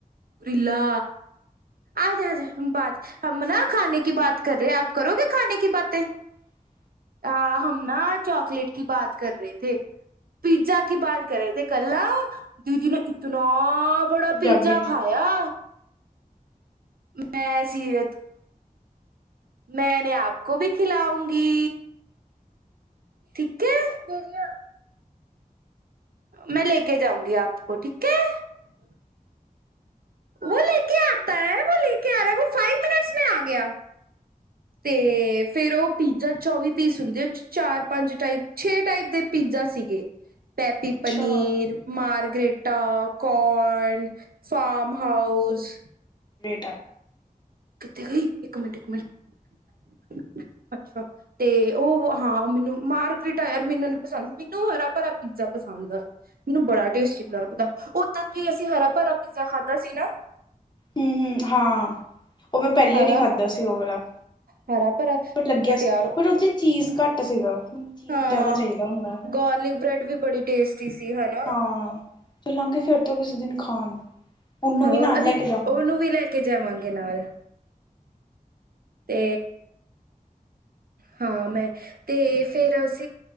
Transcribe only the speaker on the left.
ਹ
ਪੰਜਾਬੀ
ਚ
ਅੱਛਾ
ਕੁੱ
ਹੂੰ-ਹੂੰ, ਹਾਂ ਉਹ ਮੈਂ ਪਹਿਲੀ
ਵਾਰੀ ਖਾਧਾ ਸੀ ਉਹ ਵਾਲਾ
ਪਰ ਲੱਗਿਆ
ਸੀ
ਪਰ ਉਹਦੇ ਚੀਜ਼ ਘੱਟ ਸੀਗਾ ਮੈਨੂੰ ਚੀਜ਼
ਜ਼ਿਆਦਾ ਚਾਹੀਦਾ ਹੁੰਦਾ
ਹਾਂ ਚੱਲਾਂਗੇ ਫੇਰ ਤੋਂ ਕਿਸੇ ਦਿਨ ਖਾਣ ਉਹਨੂੰ
ਵੀ ਨਾਲ
ਲੈ ਕੇ ਜਾਵਾਂਗੇ